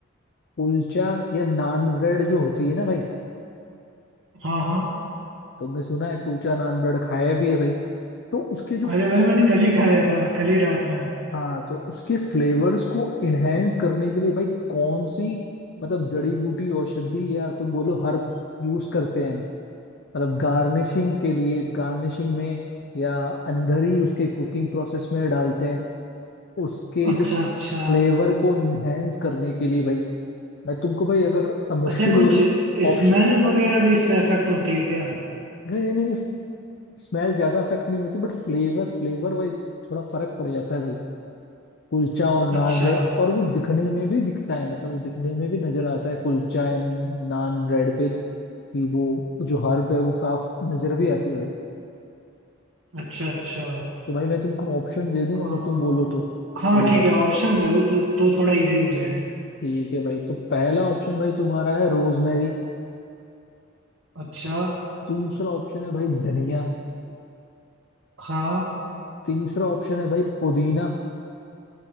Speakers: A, on the left; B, on the right.
A: कुलचा या नान ब्रेड जो होती है ना भाई
B: हाँ हाँ
A: तुमने सुना है कुलचा नान ब्रेड खाया भी है भाई तो उसके जो
B: अरे भाई मैंने कल ही खाया था कल ही रात में
A: हाँ तो उसके फ्लेवर्स को इनहेंस करने के लिए भाई कौन सी मतलब जड़ी बूटी औषधि या तो बोलो हर्ब यूज करते हैं मतलब गार्निशिंग के लिए गार्निशिंग में या अंदर ही उसके कुकिंग प्रोसेस में डालते हैं उसके
B: अच्छा
A: जो
B: अच्छा
A: फ्लेवर को इनहेंस करने के लिए भाई मैं तुमको भाई अगर मुश्किल
B: अच्छा कुछ
A: हो रही ऑप्शन
B: स्मेल वगैरह भी इससे इफेक्ट होती है क्या
A: नहीं नहीं नहीं, नहीं स्मेल ज्यादा इफेक्ट नहीं होती बट फ्लेवर फ्लेवर वाइज थोड़ा फर्क पड़ जाता है भाई कुलचा और नान
B: अच्छा
A: ब्रेड और वो दिखने में भी दिखता है मतलब वो दिखने में भी नजर आता है कुलचा एंड नान ब्रेड पे कि वो जो हर्ब है वो साफ नजर भी आती है भाई
B: अच्छा अच्छा
A: तो भाई मैं तुमको ऑप्शन दे दूं
B: अ,
A: अगर तुम बोलो तो
B: हाँ
A: थोड़ी
B: ठीक
A: हेल्प
B: है ऑप्शन दे दो तो तो थोड़ा इजी हो जाएगा
A: ठीक है भाई तो पहला ऑप्शन भाई तुम्हारा है रोजमेरी
B: अच्छा
A: दूसरा ऑप्शन है भाई धनिया
B: हाँ
A: तीसरा ऑप्शन है भाई पुदीना